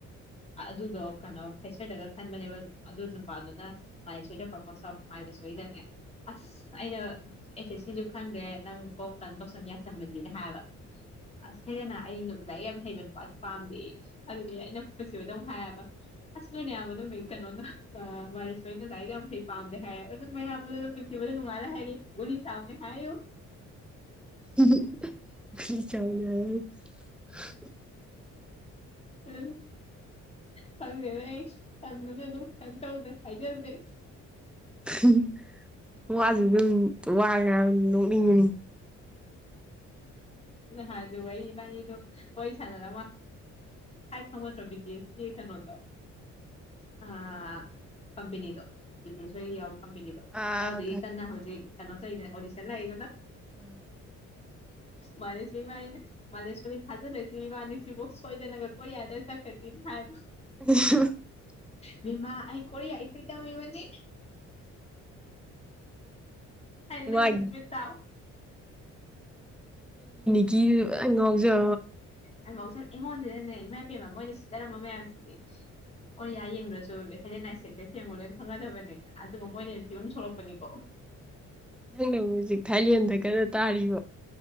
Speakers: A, on the left (about 20°); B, in the centre.
A: ꯑꯗꯨꯗꯣ ꯀꯩꯅꯣ ꯐꯦꯁꯔꯗꯒ ꯈꯟꯕꯅꯦꯕ ꯑꯗꯨ ꯅꯨꯄꯥꯗꯨꯅ ꯃꯥꯗꯤ ꯁꯣꯏꯗꯅ ꯄ꯭ꯔꯣꯄꯣꯁ ꯇꯧꯔꯛꯄ ꯃꯥꯥꯏꯗ ꯁꯣꯏꯗꯅꯦ ꯑꯁ ꯑꯩꯅ ꯑꯦꯁꯦ ꯁꯤꯁꯨ ꯈꯪꯗ꯭ꯔꯦ ꯅꯪ ꯀꯣꯛ ꯀꯩꯅꯣ ꯇꯧꯁꯟ ꯌꯥꯁꯟꯃꯗꯤꯅ ꯍꯥꯏꯕ ꯑꯁ ꯍꯦꯗꯅ ꯑꯗ ꯂꯥꯏ ꯌꯥꯝ ꯍꯩꯕ ꯅꯨꯄꯥꯁꯦ ꯄꯥꯝꯗꯦ ꯑꯗꯨꯗꯤ ꯑꯩꯅ ꯀꯁꯨꯕꯨ ꯑꯗꯨꯧ ꯍꯥꯏꯌꯦꯕ ꯑꯁꯃꯅꯦ ꯌꯥꯕꯅꯕꯅꯣꯅ ꯑ ꯃꯔ ꯁꯋꯍꯤꯅ ꯂꯏꯒ ꯑꯔꯤ ꯄꯥꯝꯗ ꯍꯥꯏ ꯄ ꯃꯅꯨꯡꯉ ꯍꯥꯏꯅꯤ ꯨꯂꯤ ꯁꯥꯝ ꯍꯥꯏ
B: ꯆꯗ
A: ꯎꯝ ꯐꯪꯅꯦ ꯔꯁ ꯇ ꯃꯅꯦ ꯑꯗꯨ ꯑꯗꯨꯝ ꯀꯟ ꯇꯗ ꯍꯥꯏꯖꯗ ꯔꯁ
B: ꯎꯝ ꯋꯥꯁꯨ ꯑꯗꯨꯝ ꯋꯥ ꯉ ꯌꯥꯝ ꯅꯣꯛꯅꯤꯡꯉꯅꯤ
A: ꯑꯩꯕꯥꯅꯤꯗꯣ ꯋꯥꯔꯤ ꯁꯥꯟꯅꯔ ꯐꯪꯉꯠꯇ꯭ꯔꯣ ꯕꯤꯗꯤꯁ ꯀ ꯀꯩꯅꯣꯗꯣ ꯑ ꯀꯄꯅꯤꯗꯣ ꯕꯤ ꯗꯁ ꯌꯥꯎ ꯀꯅꯤꯗꯣ
B: ꯑꯥ
A: ꯍꯧꯗꯤ ꯀꯟꯅ ꯍꯧꯖꯤꯛ ꯀꯅꯥꯣꯇ ꯏꯦ ꯑꯣꯔꯤꯁꯂ ꯍꯥꯏꯗꯅ
B: ꯎꯝ
A: ꯃꯥꯂꯦꯁ ꯏꯕꯥꯅꯤꯅ ꯃꯥꯂꯦꯁꯔꯤ ꯊꯥꯖꯂꯛꯁꯤ ꯏꯕꯥꯅꯤ ꯁꯤꯕꯨ ꯁꯣꯏꯗꯅꯒ ꯀꯣꯌꯥꯗ ꯆꯠꯀꯅꯤꯅ ꯍꯥꯏꯕ
B: <unintelligible>
A: ꯃꯤꯃ ꯑꯩ ꯀ ꯄꯇꯝꯕꯗꯤ ꯍꯥꯏ ꯅꯪ
B: ꯃꯥꯒꯤ
A: ꯇꯠꯃꯦ ꯇꯎ
B: ꯀ ꯑ ꯉꯖ
A: ꯍꯪꯁꯔ ꯑꯩꯉꯣꯟꯁꯤꯗꯅꯦ ꯏꯃꯥ ꯏ ꯄꯦꯟꯕ ꯃꯣꯏꯅ ꯁꯤꯗꯔꯝꯕ ꯃꯌꯥꯝꯁꯤꯗꯤ ꯑꯣꯔꯤꯌꯥ ꯌꯦꯡꯗ꯭ꯔꯁꯨ ꯍꯦꯂꯦꯅꯥꯥꯏ ꯁꯦꯠꯇ ꯁꯦꯝꯉꯣ ꯂꯣꯏꯅ ꯈꯪꯒꯗꯕꯅꯤꯅ ꯑꯗꯨꯒ ꯃꯣꯏꯅ ꯐꯤꯕꯝ ꯁꯣꯛꯂꯛꯄꯅꯤꯀꯣ
B: ꯅꯪꯅ ꯍꯧꯖꯤꯛ ꯊꯥꯏꯂꯦꯟꯗꯒꯔ ꯇꯥꯔꯤꯕ